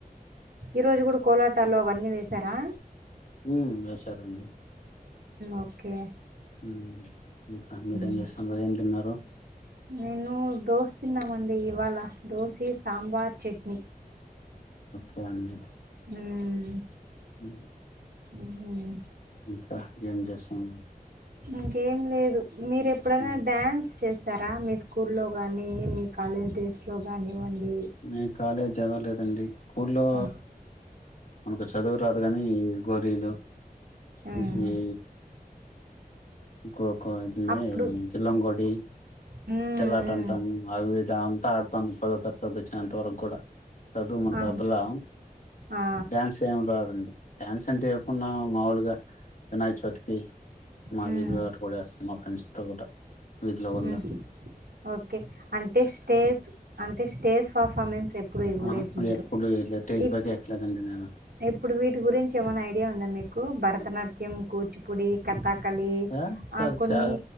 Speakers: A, on the right; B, on the left.
A: ఈరోజు కూడా కోలాటాలో అవన్నీ వసారా
B: ఉ వసారంండి
A: ఓకే
B: హ ఇంకా మీరేం
A: మ్.
B: చేస్తున్నారు ఏం తిన్నారు
A: నేను దోస్తు తిన్నామండి ఇవాళ దోశ సాంబార్ చట్నీ
B: పంన్ని
A: మ్మ్
B: హ
A: మ్మ్
B: ఇంకా గేం చేేశర
A: ఇంకేం లేదు మీరు ఎప్పుడైనా
B: ఉమ్,
A: డ్యాన్స్ చేసారా మీ స్కూ లో కానీ మీ కాలేజ్ డేస్ లో కానివ్వండి
B: నేను కాలేజీ చదవలేదండి స్కూల్లో
A: ఆ
B: మనకు చదువు రాదు కాని గోళలు
A: మ్మ్
B: ఇ గ్రప్ క
A: అప్పుడు
B: జలంగడి
A: మ్మ్
B: చెల్ట్ంటం
A: మ్మ్
B: అవిద అంత ఆ పద తర్చ్చ అంతవరకు కూడా చదువు మన
A: ఆ
B: క అబులా
A: ఆ
B: డ్యాన్స్ ఏం రాదండి డ్యాన్స్ అంటే ఎప్పున్నా మాములుగా వినాయి చతికి మాగరి
A: మ్మ్
B: త ఆటడ అ మా ఫ్రెండ్స్తో కూడా ఇట్లా వల్
A: మ్మ్ ఓకే అంటే స్టేజ్ అంటే స్టేజ్ పర్ఫార్మెన్స్ ఎప్పుడు ఇవ్వలేదు
B: ఆహా
A: మీరు
B: ఎప్పుడు ఇట్లా స్టేజ్
A: ఇ
B: పైకి ఎక్కలేదండి నేను
A: ఇప్పుడు వీటి గురించి ఏమైనా ఐడియా ఉందా మీకు భరతనాట్యం కూచిపూడి కత్ తకలి
B: చేస్తారు
A: కొన్ని
B: చే